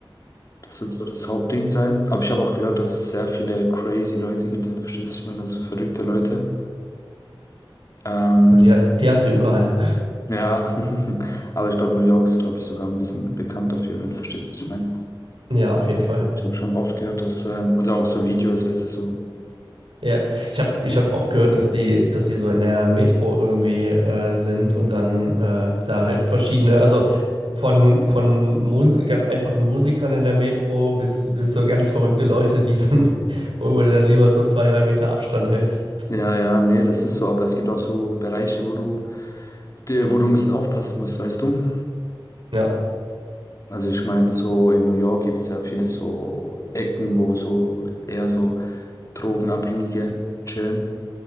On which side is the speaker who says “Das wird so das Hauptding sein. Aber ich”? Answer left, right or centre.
Left